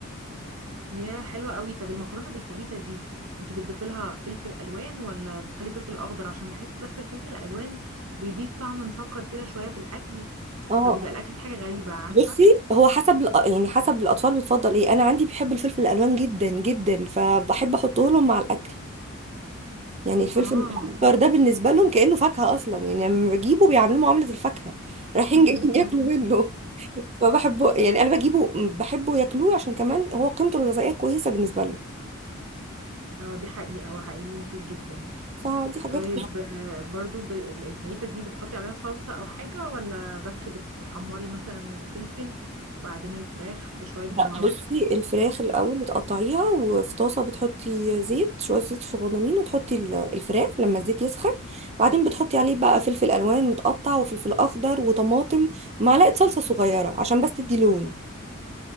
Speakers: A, on the right (about 80°); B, on the right (about 30°).
A: يا حلوه قوي طب المكرونه بالفاهيتا دي انت بتضيفي لها فلفل الوان ولا بتخلي فلفل اخضر عشان بحس بس الفلفل الالوان بيضيف طعم مسكر كده شويه في الاكل
B: اه
A: فبيبقى الاكل فيه حاجه غريبه عارفه
B: بصي هو حسب الأ- يعني حسب الاطفال بتفضل ايه انا عندي بيحب الفلفل الالوان جدا جدا فبحب احطه لهم مع الاكل يعني الفلفل
A: اه
B: الاخضر ده بالنسبه لهم كانه فاكهه اصلا يعني لما بجيبه بيعاملوه معامله الفاكهه رايحين
A: <laughs>
B: جايين ياكلوا منه <laughs> فبحبه يعني انا بجيبه بحبه ياكلوه عشان كمان هو قيمته الغذائيه كويسه بالنسبه لهم
A: اه دي حقيقه هو حقيقي مفيد جدا
B: فدي حاجات
A: طيب آه، برضو ب- ال- الفاهيتا دي بتحطي عليها صلصة أو حاجة ولا بس بتحمري مثلا الفلفل وبعدين الفراخ في شوية بهارات
B: لا بصي الفراخ الاول بتقطعيها وفي طاسه بتحطي زيت شويه زيت صغننين وتحطي ال- الفراخ لما الزيت يسخن وبعدين بتحطي عليه بقى فلفل الوان متقطع وفلفل اخضر وطماطم ومعلقه صلصه صغيره عشان بس تدي لون